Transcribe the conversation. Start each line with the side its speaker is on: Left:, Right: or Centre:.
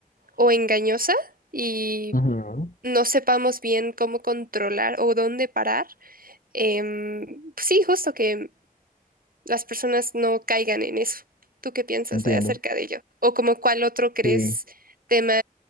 Right: o engañosa y
Left: Ujú.
Right: no sepamos bien cómo controlar o dónde parar. Em, pues sí, justo que las personas no caigan en eso. ¿Tú qué piensas
Left: Entiendo.
Right: eh, acerca de ello? ¿O como cuál otro crees
Left: Sí.
Right: tema,